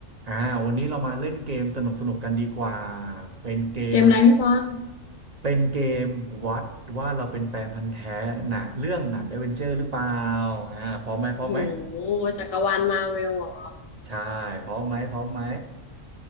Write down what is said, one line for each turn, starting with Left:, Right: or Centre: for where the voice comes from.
Right: อ่าวันนี้เรามาเล่นเกมสนุกสนุกกันดีกว่า เป็นเกม
Left: เกมอะไรพี่บอล
Right: เป็นเกมวัดว่าเราเป็นแฟนพันธุ์แท้หนังเรื่องหนัง a อเวนเจอร์หรือเปล่าอ่าพร้อมไหมพร้อมไหม
Left: โอ้โหจักรวาลมาเวลหรอ
Right: ใช่พร้อมไหมพร้อมไหม